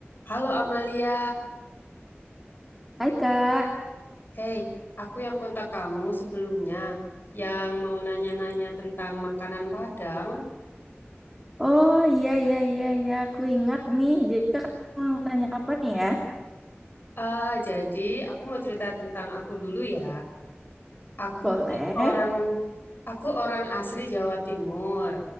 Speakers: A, on the left; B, in the centre.
A: Halo Amalia,
B: Hai Kak.
A: hey, aku yang kontak kamu sebelumnya yang mau nanya-nanya tentang makanan Padang.
B: Oh iya iya iya iya aku ingat nih. Jadi Kak mau nanya apa nih ya?
A: Eh, jadi aku mau cerita tentang aku dulu ya. Aku
B: Boleh.
A: tuh orang, aku orang asli Jawa Timur.